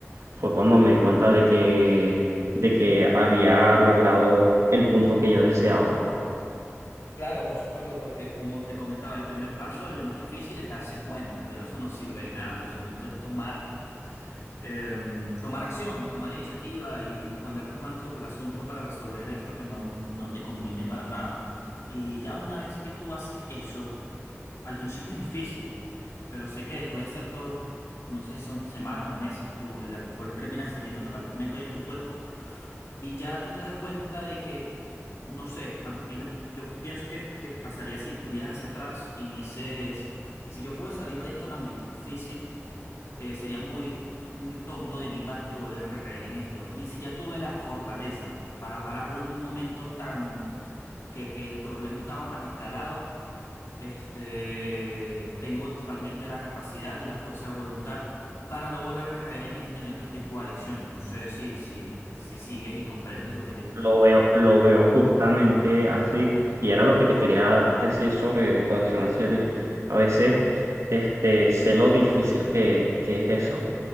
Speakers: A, on the right; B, on the left.
A: Fue cuando me di cuenta de que, de que había logrado el punto que yo deseaba.
B: Claro, por supuesto, porque como te comentaba, el primer paso, el más difícil, es darse cuenta, pero eso no sirve de nada. Lo segundo es tomar, em, tomar acción, tomar iniciativa y poner las manos sobre el asunto para resolver esto que no, no te conviene para nada. Y ya una vez que tú haces eso, al principio es difícil, pero sé que después de ciertos, no sé si son semanas o meses, tú, el alcohol termina saliendo totalmente de tu cuerpo Y ya tú te das cuenta de que, no sé, a mí me, yo pienso que, que pasaría así tú miras hacia atrás y dices, si yo puedo salir de esto tan di- difícil, eh, sería muy, muy tonto de mi parte volver a recaer en esto. Y si ya tuve la fortaleza para pararlo en un momento tan, que, que el problema estaba tan escalado, este, tengo totalmente la capacidad y la fuerza de voluntad para no volver a recaer en este ni otro tipo de adicciones. No sé si, si, si sigues y comprendes lo que te digo.
A: Lo veo, lo veo justamente así. Y era lo que te quería decir sobre tu acción al cielo. Yo a veces este, sé lo difícil que, que es eso.